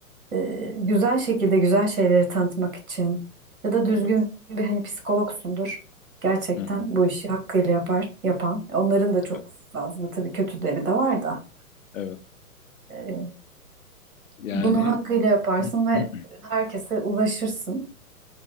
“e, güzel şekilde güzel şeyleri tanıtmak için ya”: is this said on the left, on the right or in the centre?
Right